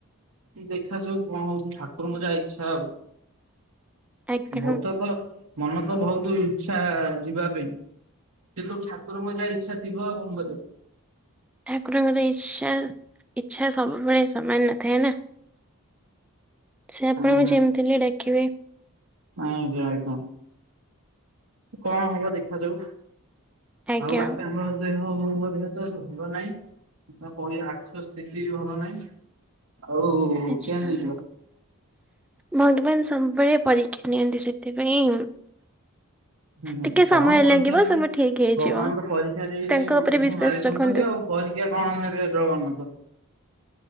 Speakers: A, on the right (about 75°); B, in the centre.
A: ଦେଖା ଯାଉ କଣ ହଉଛି ଠାକୁରଙ୍କ ଯାହା ଇଚ୍ଛା ଆଉ।
B: ଆଜ୍ଞା।
A: ବହୁତ ତ ତ ମନ ତ ବହୁତ ଇଚ୍ଛା ଯିବା ପାଇଁ। ତୁ ଠାକୁରଙ୍କ ଯାହା ଇଚ୍ଛା ଥିବ ଆ କଣ କରିବା।
B: ଠାକୁରଙ୍କର ଇଛା ଇଚ୍ଛା ସବୁବେଳେ ସମାନ ନଥାଏ ନା। ସେ ଆପଣଙ୍କୁ
A: ହୁଁ
B: ଯେମିତି ଡାକି ବେ।
A: ନାଇଁ ଆଜ୍ଞା କଣ ହବ ଦେଖାଯାଉ।
B: ଆଜ୍ଞା।
A: ଆଉ। <unintelligible> ଦେହ ବୋଉ ଙ୍କ ଦେହ ତ ଏତେ ଭଲ ନାହିଁ। ତାପରେ ଆର୍ଥିକ ସ୍ଥିତି ବି ଭଲ ନାହିଁ। ଆଉ
B: <unintelligible>
A: କେମିତି ଯିବ।
B: ଭଗବାନ୍ ସବୁବେଳେ ପରୀକ୍ଷା ନିଅନ୍ତି। ସେଥିପାଇଁ
A: ହୁଁ
B: ଟିକେ
A: କଣ
B: ସମୟ
A: ପରୀକ୍ଷା
B: ଲାଗିବ
A: ନେବେ,
B: ସବୁ ଠିକ ହେଇଯିବ
A: ଭଗବାନ ତ ପରୀକ୍ଷା ନେଇ
B: ତାଙ୍କ
A: ନେଇ ମଣିଷକୁ
B: ଉପରେ ବିଶ୍ଵାସ
A: ମାରି
B: ରଖନ୍ତୁ।
A: ଦଉଛନ୍ତି ଆଉ। ପରୀକ୍ଷା କଣ ନେବେ ଜଗନ୍ନାଥ?